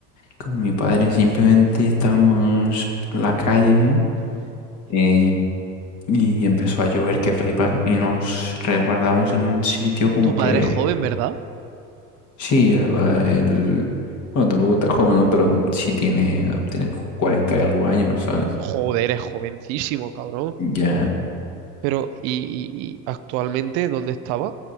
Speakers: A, on the left; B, on the right.
A: con mi padre simplemente estábamos por la calle eh, y empezó a llover que flipas y nos resguardamos en un sitio como
B: Tu padre
A: que
B: es joven, ¿verdad?
A: sí, el, va- el- bueno, tampoco está joven, ¿no? Pero sí tiene, tiene como 40 y algo años, ¿sabes?
B: Joder, es jovencísimo, cabrón.
A: Ya,
B: Pero, y, y- y actualmente dónde estaba?